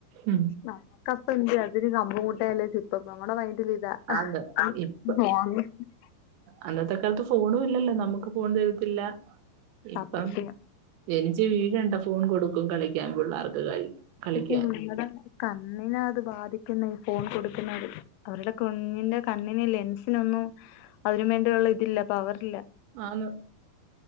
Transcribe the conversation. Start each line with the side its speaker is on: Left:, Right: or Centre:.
Right: ഉം
Left: നമുക്കപ്പോ എന്ത് അതിന് കമ്പ് മുട്ടായി അല്ലെങ്കി സിപ്പപ്പ് നമ്മടെ മൈന്റില് ഇതാ ആഹ്
Right: ആന്ന്
Left: ആഹ്
Right: ഇപ്പ
Left: <unintelligible>
Right: അന്നത്തെ കാലത്ത് ഫോണും ഇല്ലല്ലോ നമ്മക്ക് ഫോൺ തരത്തില്ല
Left: സത്യം
Right: ഇപ്പം ജനിച്ച് വീഴണ്ട ഫോൺ കൊടുക്കും കളിക്കാൻ പിള്ളേർക്ക് കഴി കളിക്കാൻ
Left: <unintelligible> കണ്ണിനാ അത് ബാധിക്കുന്നെ ഈ ഫോൺ കൊടുക്കുന്നത് അവരുടെ കുഞ്ഞിന്റെ കണ്ണിന് ലെൻസിനൊന്നും അതിന് വേണ്ടിയള്ള ഇതില്ല പവറില്ല
Right: ആന്ന്